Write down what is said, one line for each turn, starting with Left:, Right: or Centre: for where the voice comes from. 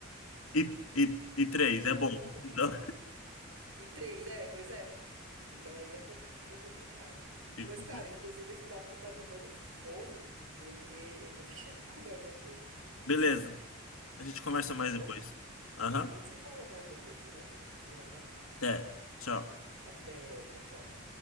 Left: E, e, e três,
Right: então
Left: é bom.
Right: aí é complicado.
Left: Então,
Right: E três, é, pois é. Então aí é compli- fica complicado.
Left: Fica
Right: Mas,
Left: complicado.
Right: cara, inclusive esse papo tá me dando fome. Eu Vou ter, eu vou ter <laughs> que ali comer alguma coisa,
Left: Beleza, a gente conversa mais
Right: tá bom?
Left: depois. Aham,
Right: A gente se fala mais depois, então. Já, já.
Left: até. Tchau.
Right: Até, tchau, tchau.